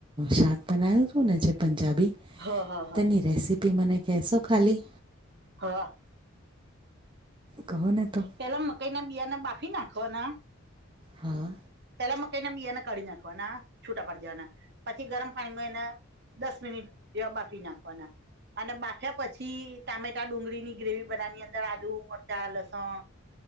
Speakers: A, on the right; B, on the right.
A: શાક બનાવું હતુંને જે પંજાબી
B: હા હા હા
A: તેની રેસીપી મને કહેશો ખાલી?
B: હા.
A: કહો ને તો.
B: પેલા મકાઈ ના બીયાને બાફી નાખવાના.
A: હા
B: પેલા મકઈના બીયાને કાઢી નાખવા ના છૂટા પડ જવાના પછી ગરમ પાણીમાં એને દસ મિનિટ જેવા બાફી નાખવાના અને બાફ્યા પછી ટામેટા ડુંગળી ની ગ્રેવી બનાવી અંદર આદુ, મરચા, લસણ